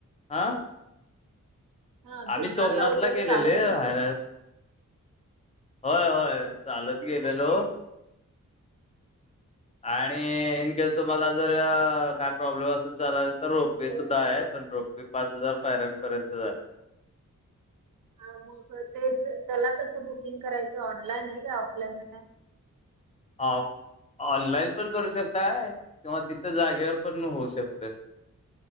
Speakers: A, on the left (about 20°); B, on the right (about 80°).
A: हा.
B: हा
A: आम्ही
B: गिरनारला
A: सोमनाथला
B: वर
A: गेलेले
B: चालत
A: राह.
B: गेले
A: होय होय चालत गेलेलो.
B: नाही गिर
A: आणि इनकेस तुम्हाला जर काय प्रॉब्लेम असेल चलल. तर रोपे
B: रोपवे
A: सुद्धा आहे पण रोपे पाच हजार पायऱ्यांपर्यंतच हाय.
B: हा मग तेच त्याला कसं बुकिंग करायचं ऑनलाईन आहे का ऑफलाईन आहे.
A: हा ऑनलाईन पण करू शकताय किंवा तिथं जागेवर पण होऊ शकतय.